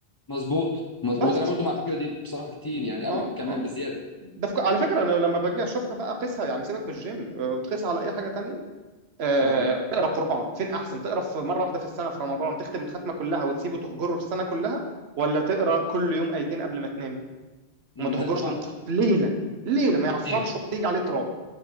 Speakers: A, on the left (about 35°); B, on the right (about 75°).
A: مظبوط مظبوط
B: بس
A: انا برضو مع الفكره دي بصراحه كتير
B: اه
A: يعني قوي
B: اه
A: كمان
B: آه.
A: بزياده
B: ده في... على فكره انا لما باجي اشوفها بقى قيسها يعني سيبك من الجيم آه، تقيسها على اي حاجه تانية آه،
A: اه
B: تقرا قران فين احسن تقرا في مره واحده في السنه في رمضان تختم الختمه كلها وتسيبه تهجره السنه كلها ولا تقرا كل يوم ايتين قبل ما تنام
A: م،
B: وما تهجرش
A: لا طبعا
B: النص في ليله ليله ما
A: بصراحة.
B: يعفرش ولا يجي عليه تراب